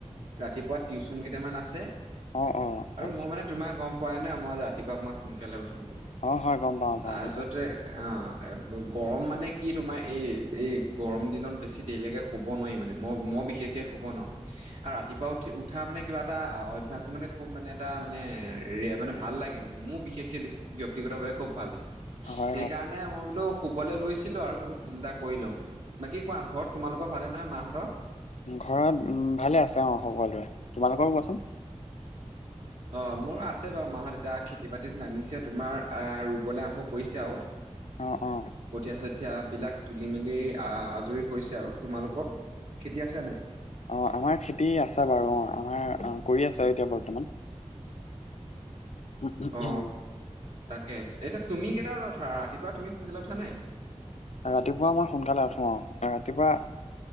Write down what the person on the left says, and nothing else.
অ অ
আচ্ছা
অ' হয় গম পাওঁ
পাওঁ বোলো।
হয় হয়
ঘৰত ভালে আছে অ' সকলোৰে, তোমালোকৰো কোৱাচোন।
অ অ
অ আমাৰ খেতি আছে বাৰু অ আমাৰ অ কৰি আছে এতিয়া বৰ্তমান উম উম
উম
ৰাতিপুৱা আমাৰ সোনকালে উঠো আৰু ৰাতিপুৱা